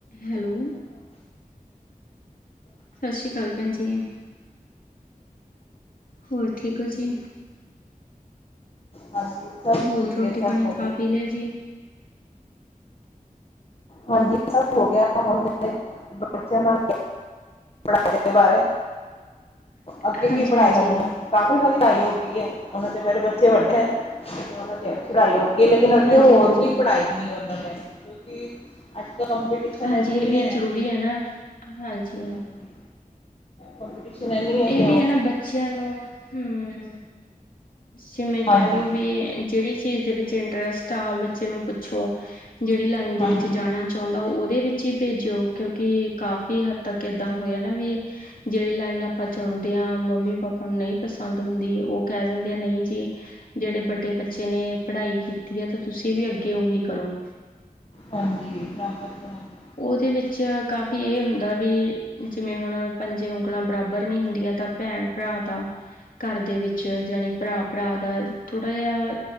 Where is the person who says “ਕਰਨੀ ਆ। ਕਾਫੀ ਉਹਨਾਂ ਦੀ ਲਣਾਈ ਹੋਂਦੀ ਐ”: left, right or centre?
Left